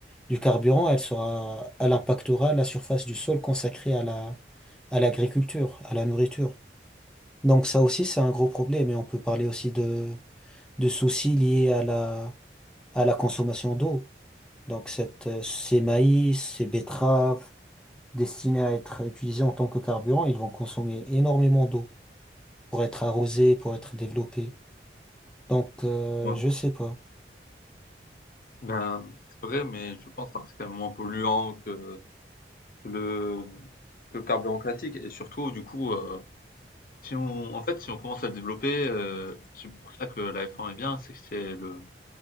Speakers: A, in the centre; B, on the left.
A: du carburant, elle sera, elle impactera la surface du sol consacrée à la, à l'agriculture, à la nourriture. Donc ça aussi, c'est un gros problème et on peut parler aussi de, de soucis liés à la, à la consommation d'eau. Donc cette, euh, ces maïs, ces betteraves destinés à être utilisés en tant que carburant, ils vont consommer énormément d'eau pour être arrosés, pour être développés. Donc euh,
B: Ouais.
A: je sais pas.
B: Ben, c'est vrai, mais je pense que ça reste quand même moins polluant que le que le carburant classique. Et surtout, du coup, euh, si on en fait si on commence à le développer, euh, c'est pour ça que la F1 est bien, c'est que c'est le